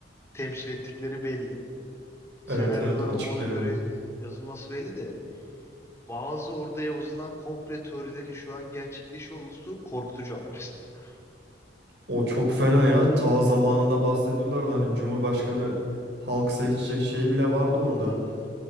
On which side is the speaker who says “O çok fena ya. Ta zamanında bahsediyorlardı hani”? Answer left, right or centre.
Right